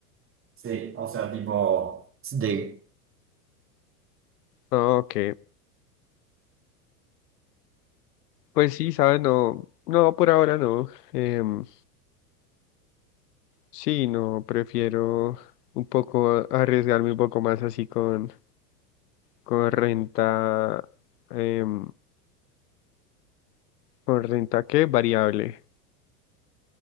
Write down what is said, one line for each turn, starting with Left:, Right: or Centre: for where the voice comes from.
Right: Sí, o sea, tipo de,
Left: Ah, ok. Pues sí, ¿sabes? No, no, por ahora no. Em, sí, no, prefiero un poco arriesgarme un poco más así con, con renta, em, con renta, ¿qué? Variable.